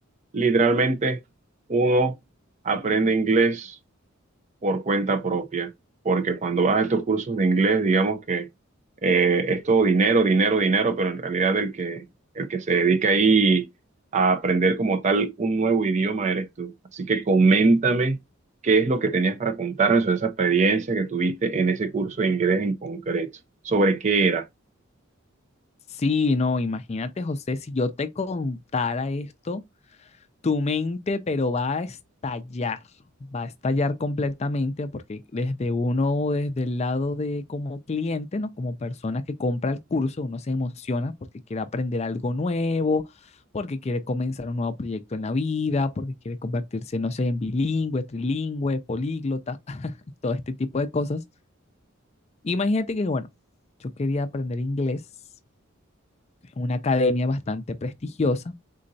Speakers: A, on the right; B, on the left.
A: Literalmente, uno aprende inglés por cuenta propia, porque cuando vas a estos cursos de inglés, digamos que eh, es todo dinero, dinero, dinero, pero en realidad el que, el que se dedica ahí a aprender como tal un nuevo idioma eres tú. Así que coméntame qué es lo que tenías para contarme sobre esa experiencia que tuviste en ese curso de inglés en concreto, sobre qué era.
B: Sí, no, imagínate, José, si yo te contara esto, tu mente, pero va a estallar, va a estallar completamente, porque desde uno, desde el lado de como cliente, ¿no? Como persona que compra el curso, uno se emociona porque quiere aprender algo nuevo, porque quiere comenzar un nuevo proyecto en la vida, porque quiere convertirse, no sé, en bilingüe, trilingüe, políglota, <laughs> todo este tipo de cosas. Imagínate que, bueno, yo quería aprender inglés una academia bastante prestigiosa,